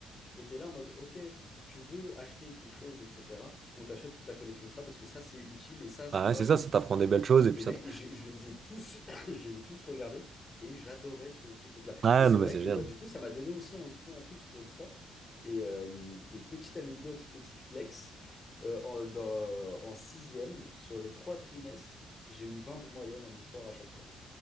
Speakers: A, on the left; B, on the right.
A: étaient là en mode, OK, tu veux acheter quelque chose, etc. On t'achète toute la collection de ça parce que ça, c'est utile. Et ça, tu
B: Ah, ouais,
A: vois,
B: c'est ça,
A: genre,
B: ça t'apprend des belles choses et puis
A: et
B: ça
A: mec,
B: te
A: je, je les ai tous, <coughs> je les ai tous regardés et j'adorais ce, ce truc-là.
B: Ah
A: Et c'est
B: non
A: vrai
B: mais c'est
A: que
B: génial.
A: bah, du coup, ça m'a donné aussi un goût en plus pour l'histoire. Et, euh, et petite anecdote, petit flex, euh, en, dans- en sixième, sur les trois trimestres, j'ai eu 20 de moyenne en histoire à chaque fois.